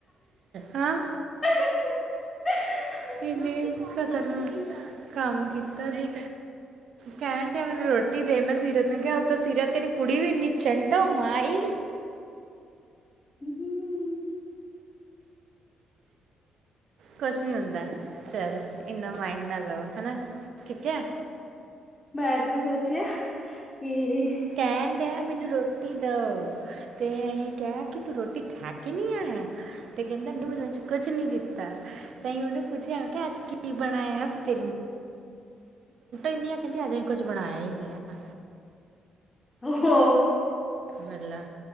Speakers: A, on the right (about 65°); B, on the left (about 25°).
A: ਹਾਂ
B: <inaudible>
A: ਇਨੇ ਖਤਰ ਕੰਮ ਕੀਤਾ ਜੇ ਕਹਿਣ ਗੇ ਮੈਨੂੰ ਰੋਟੀ ਦੇ ਮੈਂ ਸੀਰਤ ਨੂੰ ਕਿਹਾ ਉੱਤੋਂ ਸੀਰਤ ਤੇਰੀ ਕੁੜੀ ਵੀ ਇੰਨੀ ਚੰਟ ਆ ਉਹ ਮਾਂਈ
B: ਹੂੰ
A: ਕੁੱਛ ਨੀ ਹੁੰਦਾ ਚੱਲ ਇਨਾ ਮਾਇੰਡ ਨਾ ਲਾਓ ਹਨਾ ਠੀਕ ਐ
B: ਮੈਂ ਤੇ ਸੋਚਿਆ ਕੀ
A: ਕਹਿਣ ਦਿਆ ਮੈਨੂੰ ਰੋਟੀ ਦਿਓ ਤੇ ਅਸੀਂ ਕਹਿ ਕਿ ਤੂੰ ਰੋਟੀ ਖਾ ਕੇ ਨਹੀਂ ਆਇਆ ਤੇ ਕਹਿੰਦਾ ਮੈਨੂੰ ਅੱਜ ਕੁੱਛ ਨੀ ਦਿੱਤਾ ਤਾਹੀਓ ਉਹਨੂੰ ਪੁੱਛਿਆ ਕਿ ਅੱਜ ਕੀ ਬਣਾਇਆ ਸੀ <unintelligible> ਇੰਨੀ ਆ ਕਹਿੰਦੀ ਅਜੇ ਕੁੱਝ ਬਣਾਇਆ ਹੀ ਨਹੀਂ ਆ
B: ਆ ਹੋ
A: ਵਲਾ